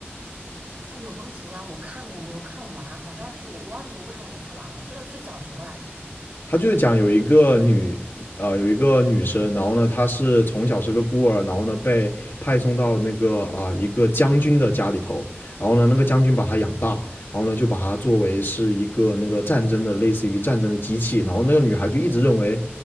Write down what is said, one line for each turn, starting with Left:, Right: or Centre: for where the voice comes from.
Right: 哎，《永恒紫罗兰》我看过，我没有看完，好像是我我忘记我为什么没看完了。这个是讲的什么来着？
Left: 他就是讲有一个女啊，呃，有一个女生，然后呢，她是从小是个孤儿，然后呢被派送到那个啊、呃一个将军的家里头，然后呢那个将军把她养大，然后呢就把她作为是一个那个战争的类似于战争的机器，然后那个女孩就一直认为